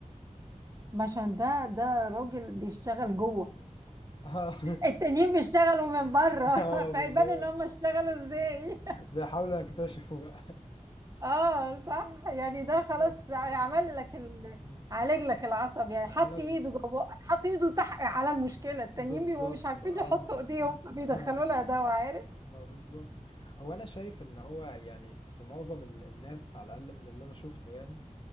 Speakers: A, on the right; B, on the left.
A: عشان ده ده راجل بيشتغل جوه
B: اه
A: التانيين بيشتغلوا من بره
B: <laughs> آه،
A: <laughs> فيبان
B: اللي هو
A: ان هم اشتغلوا ازاي
B: بيحاولوا يكتشفوا بقى
A: اه صح يعني
B: بالظبط
A: ده خلاص عمل
B: اه
A: لك ال...
B: مم.
A: عالج لك العصب يعني
B: انا
A: حط
B: ال...
A: ايده جوه بقك حط ايده تحت على المشكله التانيين
B: بالظبط
A: بيبقوا مش عارفين
B: اه
A: يحطوا ايديهم فبيدخلوا
B: <laughs>
A: لها دواء عارف
B: ما بالظبط هو انا شايف ان هو يعني في معظم ال- الناس على الاقل من اللي انا شفته يعني